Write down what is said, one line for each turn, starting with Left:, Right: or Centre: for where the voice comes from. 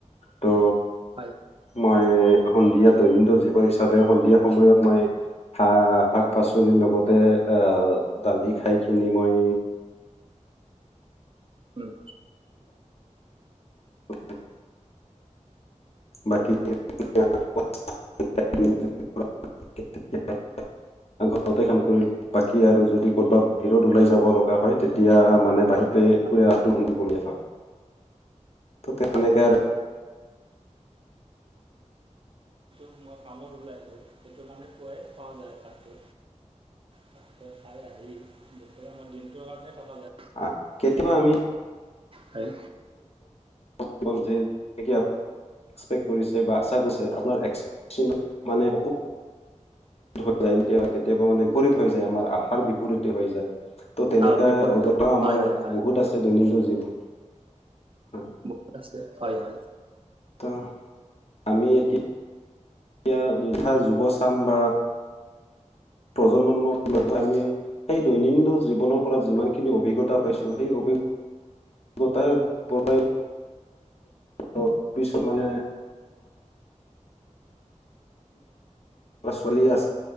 Left: ত'
Right: হয়।
Left: মই সন্ধিয়া দৈনন্দিন জীৱন হিচাপে সন্ধিয়া সময়ত মই, শাক পাচলিৰ লগতে আহ দালি খাইকিনি মই
Right: উম।
Left: অ বাকী
Right: হয়
Left: <unintelligible> ঘৰতে কাম কৰি বাকী আৰু যদি কৰ'বাত বাহিৰত ওলাই যাব লগা হয়, তেতিয়া মানে বাহিৰত
Right: হয়
Left: পুৰা ৰাতিটো খুন্দি পৰি আছা। ত তেনেকে
Right: হয় হয়।
Left: আৰু
Right: যিটো মই কামত ওলাই আহোঁ সেইটো কাৰণে খোৱাই খোৱা যায় ভাতটো ভাতকে খাই আহি দুখৰে আমাৰ দিনটো কাৰণে থকা যায়।
Left: আ কেতিয়াবা আমি
Right: হয়
Left: <inaudible> এক্সপেক্ট কৰিছে বা আশা কৰিছে আপোনাৰ এক্সপেচন মানে হৈ যায় কেতিয়াবা কেতিয়াবা মানে বিপৰীত হৈ যায়, আমাৰ আহাৰ বিপৰীতে হৈ যায়। ত' তেনেকা
Right: আহ বিপৰীত
Left: আগতেও
Right: হয়
Left: আমাৰ
Right: হয় হয় হয়
Left: বহুত আছে দৈনন্দিন জীৱন হয়।
Right: বহুত আছে হয় হয়
Left: ত' আমি এতিয়া এতিয়া ধৰা যুৱচাম বা প্ৰজন্মমক আমি সেই দৈনন্দিন জীৱনৰ পৰা যিমান খিনি অভিজ্ঞতা পাইছো, সেই অভি - দ্য তাৰ পৰাই ত পিছত মানে ছোৱালী আছে